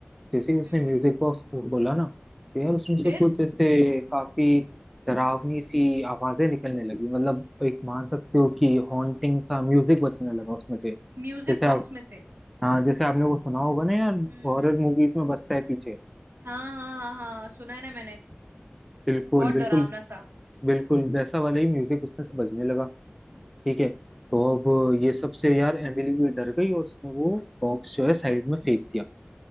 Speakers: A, in the centre; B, on the right.
A: जैसे ही उसने
B: हम्म
A: म्यूजिक बॉक्स को खोला ना तो यार उसमें से
B: फिर
A: कुछ जैसे काफी डरावनी सी आवाजें निकलने लगी मतलब एक मान सकते हो कि हॉन्टिंग सा म्यूजिक बजने लगा उसमें से
B: म्यूजिक
A: जैसे
B: बॉक्स
A: आप
B: में से
A: हाँ जैसे आपने वो सुना होगा ना यार
B: हम्म
A: हॉरर मूवीज में बजता है पीछे
B: हाँ हाँ हाँ हाँ सुना है ना मैंने
A: बिल्कुल
B: बहुत
A: बिल्कुल
B: डरावना सा
A: बिल्कुल वैसा वाला ही म्यूजिक उसमें से बजने लगा ठीक है तो अब ये सब से यार एमिली भी डर गई और उसने वो बॉक्स जो है साइड में फेंक दिया